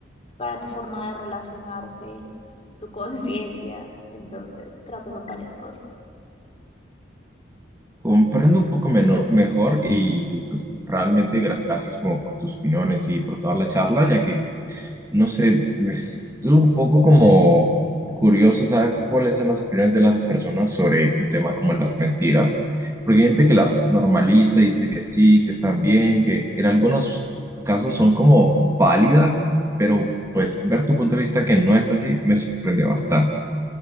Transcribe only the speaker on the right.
Comprendo un poco meno- mejor y pues realmente gracias como por tus opiniones y por toda la charla, ya que no sé, es un poco como curioso saber cuáles son las opiniones de las personas sobre un tema como las mentiras, porque hay gente que las normaliza y dice que sí, que están bien, que en algunos casos son como válidas, pero pues ver tu punto de vista que no es así me sorprende bastante.